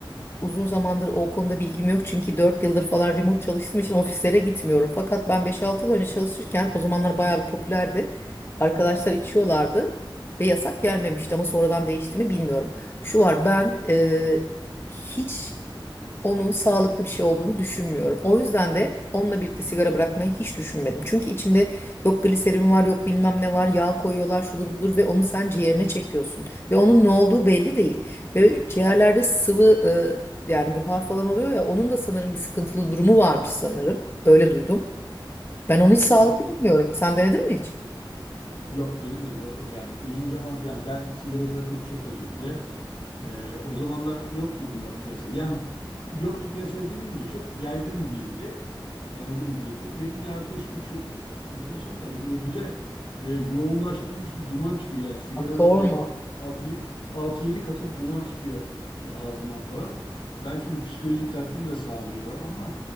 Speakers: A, on the left (about 30°); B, on the left (about 75°).
A: uzun zamandır o konuda bilgim yok. Çünkü 4 yıldır falan remote çalıştığım için ofislere gitmiyorum. Fakat ben beş altı yıl önce çalışırken o zamanlar bayağı bir popülerdi. Arkadaşlar içiyorlardı ve yasak gelmemişti ama sonradan değişti mi bilmiyorum. Şu var ben e, hiç onun sağlıklı bir şey olduğunu düşünmüyorum. O yüzden de onunla birlikte sigara bırakmayı hiç düşünmedim. Çünkü içinde yok gliserin var, yok bilmem ne var, yağ koyuyorlar, şudur budur ve onu sen ciğerine çekiyorsun. Ve onun ne olduğu belli değil. Ve ciğerlerde sıvı e, yani buhar falan oluyor ya onun da sanırım bir sıkıntılı durumu varmış sanırım. Öyle duydum. Ben onu hiç sağlıklı
B: Evet.
A: bulmuyorum. Sen denedin mi hiç?
B: Yok denemedim. O- Yani bizim zaman yani ben sigarayı bırakalı çok oldu bir de. E, o zamanlar yoktu bunlar piyasada. Yani yoktu piyasada demeyeyim de çok yaygın değildi. yaygın değildi. Benim bir arkadaşım içiyordu. Enteresan geldi. Böyle bir de e, yoğunlaştırılmış bir duman çıkıyor. Yani sigaranın
A: Sorma.
B: belki altı yedi katı bir duman çıkıyor şey ağzından falan. Belki bir psikolojik tatmin de sağlıyor ama